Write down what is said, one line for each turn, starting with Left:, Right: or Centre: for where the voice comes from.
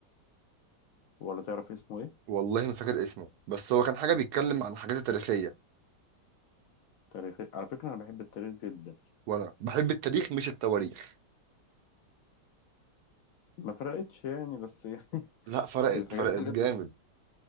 Left: ولا تعرف اسمه ايه
Right: والله ما فاكر اسمه بس هو كان حاجه بيتكلم عن حاجات تاريخيه
Left: تاريخي على فكره انا بحب التاريخ جدا
Right: وانا بحب التاريخ مش التواريخ
Left: ما فرقتش يعني بس يعني
Right: لا فرقت
Left: <laughs> الحاجات
Right: فرقت
Left: اللي
Right: جامد
Left: بتك...